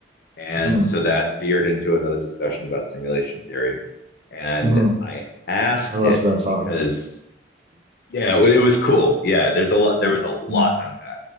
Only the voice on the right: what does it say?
mm,
mm.
That must
have been fun.
Mm,